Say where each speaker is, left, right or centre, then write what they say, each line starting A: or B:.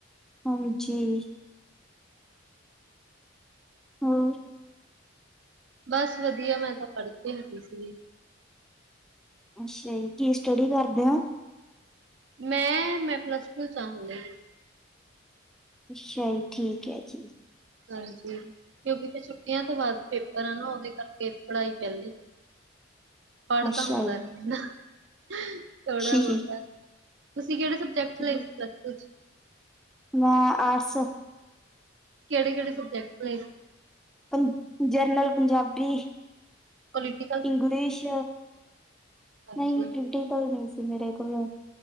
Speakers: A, in the centre; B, on the right.
A: ਹਜੀ ਹੋਰ
B: ਬਸ ਵਧੀਆ ਮੈਂ ਤਾਂ ਪੜ੍ਹ ਕੇ ਹਟੀ ਸੀਗੀ
A: ਅੱਛਾ ਜੀ ਕੀ ਸਟੱਡੀ ਕਰਦੇ ਹੋ
B: ਮੈਂ ਮੈਂ ਪਲੱਸ ਟੂ ਚਾਂਹਾਲੇ
A: ਅੱਛਾ ਜੀ ਠੀਕ ਹੈ ਜੀ
B: ਹਾਂਜੀ ਕਿਉਂਕਿ ਫ ਛੁੱਟੀਆਂ ਤੋਂ ਬਾਅਦ ਪੇਪਰ ਆ ਨਾ ਉਹਦੇ ਕਰਕੇ ਪੜ੍ਹਾਈ ਪੈਲੀ ਪੜ੍ਹ
A: ਅੱਛਾ
B: ਤਾਂ ਹੁੰਦਾ ਨੀ ਇੰਨਾ ਥੋੜਾ
A: ਜੀ
B: ਬੋਤਾ ਤੁਸੀਂ ਕਿਹੜੇ ਸਬਜੈਕਟ
A: ਠੀਕ
B: ਲ ਏ ਪਲੱ ਸ ਟੂ ਚ
A: ਮੈਂ ਆਰਟਸ
B: ਕਿਹੜ ਕਿਹੜੇ ਸਬਜਕਟ ਲੇ ਸੀ
A: ਪੰ general Punjabi
B: political
A: English
B: science
A: ਨਹੀਂ
B: ਹਾਂਜੀ
A: ਪ੍ਰਟੀਕਲ ਨਹੀਂ ਮੇਰੇ ਕੋਲ